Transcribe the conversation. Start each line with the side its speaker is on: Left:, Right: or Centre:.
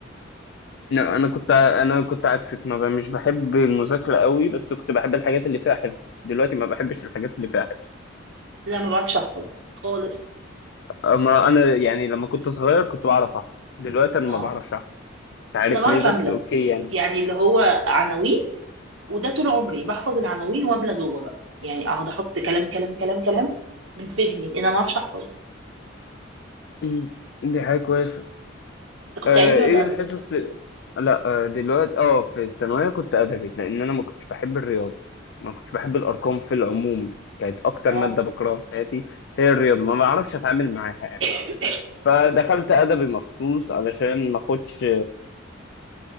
Left: لا انا كنت ع- انا كنت عكسك ما ب... مش بحب المذاكره قوي بس كنت بحب الحاجات اللي فيها حفظ دلوقتي ما بحبش الحاجات اللي فيها حفظ
Right: لا ما بعرفش احفظ خالص
Left: اما انا يعني لما كنت صغير كنت بعرف احفظ دلوقتي انا
Right: اه
Left: ما بعرفش احفظ مش عارف
Right: انا بعرف
Left: ليه بس
Right: املى
Left: اوكي يعني
Right: يعني اللي هو عناوين وده طول عمري بحفظ العناوين واملى جوه بقى يعني اقعد احط كلام كلام كلام كلام من فهمي انا ما اعرفش احفظ
Left: م. دي حاجه كويسه
Right: انت كنت
Left: آه،
Right: علمي
Left: ايه
Right: ولا ادبي
Left: الحصص لا آه، دلوقتي اه في الثانويه كنت ادبي لان انا ما كنتش بحب الرياضه ما كنتش بحب الارقام في العموم كانت اكتر
Right: اه
Left: ماده بكرهها في حياتي هي الرياضه ما بعرفش اتعامل معاها يعني
Right: <laughs>
Left: فدخلت ادبي مخصوص علشان ما اخدش